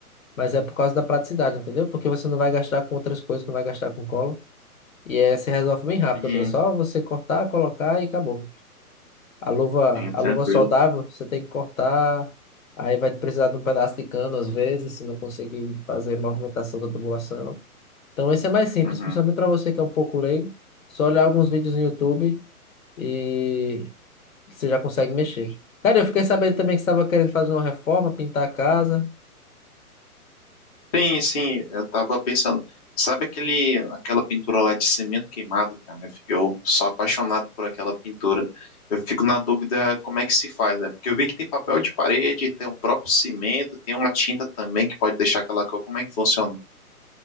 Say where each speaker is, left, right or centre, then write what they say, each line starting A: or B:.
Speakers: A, on the left (about 60°); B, on the left (about 25°).
A: mas é por causa da praticidade, entendeu? Porque você não vai gastar com outras coisas, não vai gastar com cola. E é, se resolve bem rápido
B: Sim,
A: ali. É só você cortar, colocar e acabou. A luva,
B: sim,
A: a
B: tranquilo.
A: luva soldável, você tem que cortar. Aí vai precisar de um pedaço de cano, às vezes, se não conseguir fazer movimentação da tubulação. Então esse é mais simples,
B: Uhum.
A: principalmente para você que é um pouco leigo. Só olhar alguns vídeos no YouTube e você já consegue mexer. Cara, eu fiquei sabendo também que você estava querendo fazer uma reforma, pintar a casa.
B: Sim, sim, eu tava pensando. Sabe aquele, aquela pintura lá de cimento queimado, cara? Eu, sou apaixonado por aquela pintura. Eu fico na dúvida como é que se faz, né? Porque eu vi que tem papel de parede, tem um próprio cimento, tem uma tinta também que pode deixar aquela cor. Como é que funciona?